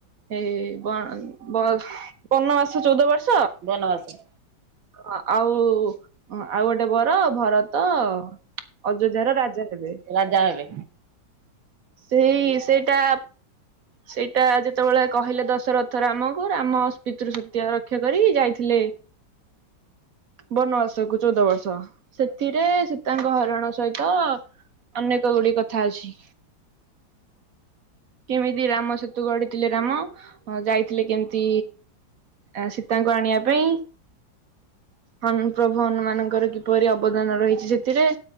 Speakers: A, on the right; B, on the right.
A: ଏ ବ ବ ବନବାସ ଚଉଦ ବର୍ଷ।
B: ବନବାସ।
A: ହ ଆଉ। ହ ଆଉ ଗୋଟେ ବର ଭରତ ଅଯୋଧ୍ୟାର ରାଜା ହେବେ।
B: ରାଜା ହେବେ
A: ସେଇ ସେଇଟା। ସେଇଟା ଯେତେବେଳେ କହିଲେ ଦଶରଥ ରାମଙ୍କୁ, ରାମ ପିତୃ ସତ୍ୟା ରକ୍ଷା କରି ଯାଇଥିଲେ। ବନବାସ୍ କୁ ଚୋଉଦ ବର୍ଷ ସେଥିରେ ସୀତାଙ୍କ ହରଣ ସହିତ ଅନେକ ଗୁଡିଏ କଥା ଅଛି। କେମିତି ରାମ ସେତୁ ଗଢିଥିଲେ ରାମ ଯାଇଥିଲେ କେମିତି ଆ ସୀତାଙ୍କୁ ଆଣିବା ପାଇଁ ହଁ ପ୍ରଭୁ ହନୁମାନଙ୍କର କିପରି ଅବଦାନ ରହିଛି ସେଥିରେ।